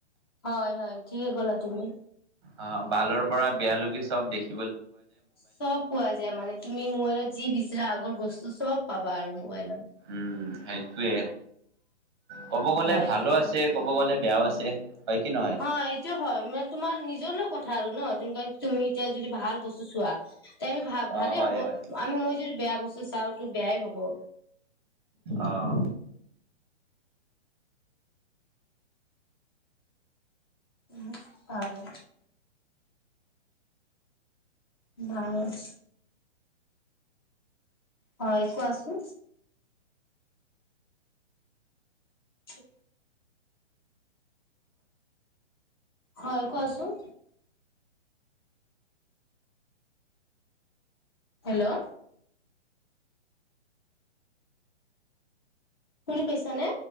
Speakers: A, on the left; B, on the right.
A: হয় হয় ঠিকেই ক'লা তুমি
B: অ' ভালৰ পৰা বেয়ালৈকে চব দেখি
A: চব পোৱা যায় মানে তুমি মোৰলত যি বিচৰাা আগৰ বস্তু <unintelligible> চব পাবা আৰু মোবাইলত
B: উম সেইটোৱে ক'ব গ'লে
A: হয়
B: ভালো আছে ক'ব গ'লে বেয়াও আছে হয় কি নহয়?
A: অ এইটো হয় মানে তোমাৰ নিজৰ লগ কথা আৰু ন তুমিতিয়া যদি ভাল বস্তু চোৱা তে আমি ভ
B: অ
A: ভালে
B: হয়
A: হ'ব
B: হয়।
A: আমি মই যদি বেয়া বস্তু চাওতো বেয়াই হ'ব
B: আহ
A: উম হয় বাৰ হয় কোৱা আছো উ হয় কোৱাছোন হেল্ল' শুনি পাইছা নে